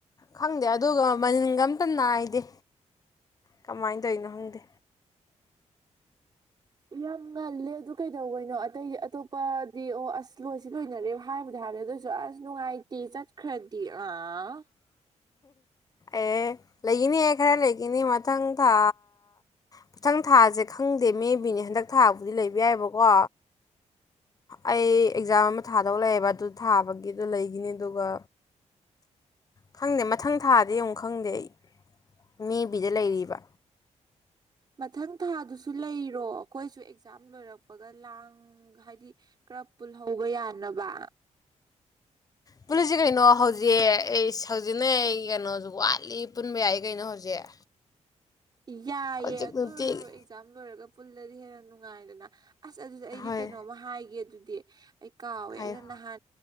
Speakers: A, on the left; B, on the right.
A: ꯈꯪꯗꯦ ꯑꯗꯨꯒ ꯃꯅꯤꯟꯒ ꯑꯝꯇ ꯅꯥꯏꯗꯦ ꯀꯃꯥꯏꯅ ꯇꯧꯔꯤꯅꯣ ꯈꯪꯗꯦ
B: ꯌꯥꯝ ꯉꯜꯂꯦ ꯑꯗꯨ ꯀꯩꯗꯧꯕꯩꯅꯣ ꯑꯇꯩꯗꯤ ꯑꯇꯣꯞꯄꯗꯤ ꯑꯣ ꯑꯁ ꯂꯣꯏꯁꯤ ꯂꯣꯏꯅꯔꯦ ꯍꯥꯏꯕꯗꯤ ꯍꯥꯏꯕꯦ ꯑꯗꯨꯑꯣꯁꯨ ꯑꯁ ꯅꯨꯡꯉꯥꯏꯇꯦ ꯆꯠꯈ꯭ꯔꯗꯤ ꯑꯥ
A: ꯑꯦ ꯂꯩꯒꯅꯦꯍ ꯈꯔ ꯂꯩꯒꯅꯤ ꯃꯊꯪ ꯊꯥ ꯃꯊꯪ ꯊꯥꯁꯦ ꯈꯪꯗꯦ ꯃꯦꯕꯤꯅꯦ ꯍꯟꯗꯛ ꯊꯥꯕꯨꯗꯤ ꯂꯩꯕ ꯌꯥꯏꯕꯀꯣ ꯑꯩ ꯑꯦꯛꯖꯥꯝ ꯑꯃ ꯊꯥꯗꯧ ꯂꯩꯌꯦꯦꯕ ꯑꯗꯨ ꯊꯥꯕꯒꯤꯗ ꯂꯩꯈꯤꯅꯤ ꯑꯗꯨꯒ ꯈꯪꯗꯦ ꯃꯊꯪ ꯊꯥꯗꯤ ꯑꯃꯨꯛ ꯈꯪꯗꯦ ꯑꯩ ꯃꯦ ꯕꯤꯗ ꯂꯩꯔꯤꯕ
B: ꯃꯊꯪ ꯊꯥꯗꯨꯁꯨ ꯂꯩꯔꯣ ꯑꯩꯈꯣꯏꯁꯨ ꯑꯦꯛꯖꯥꯝ ꯂꯣꯏꯔꯛꯄꯒ ꯂꯥꯡ ꯍꯥꯏꯗꯤ ꯈꯔ ꯄꯨꯜꯍꯧꯕ ꯌꯥꯅꯕ
A: ꯄꯨꯂꯁꯤ ꯀꯩꯅꯣ ꯍꯧꯖꯤꯛ ꯑꯩ ꯍꯧꯖꯤꯛꯟꯅꯩ ꯑꯩ ꯀꯩꯅꯣꯁꯨ ꯋꯥꯠꯂꯤ ꯄꯨꯟꯕ ꯌꯥꯏ ꯀꯩꯅꯣ ꯍꯧꯖꯤꯛ
B: ꯌꯥꯏꯌꯦ
A: ꯍꯧꯖꯤꯛ
B: ꯑꯗꯨ
A: ꯅꯨꯡꯇꯤꯒꯤ
B: ꯑꯣꯏꯔꯁꯨ ꯑꯦꯛꯖꯥꯝ ꯂꯣꯏꯔꯒ ꯐꯨꯂꯗꯤ ꯍ ꯌꯥꯝ ꯅꯨꯡꯉꯥꯏꯗꯅ ꯑꯁ ꯑꯗꯨꯗ ꯑꯩꯗꯤ
A: ꯍꯣꯏ
B: ꯀꯩꯅꯣꯝꯃ ꯍꯥꯏꯒꯦ ꯑꯗꯨꯗꯤ ꯑꯩ ꯀꯥꯎꯋꯦ
A: ꯍꯥꯏꯌꯣ
B: ꯑꯩꯅ ꯅꯍꯥꯟ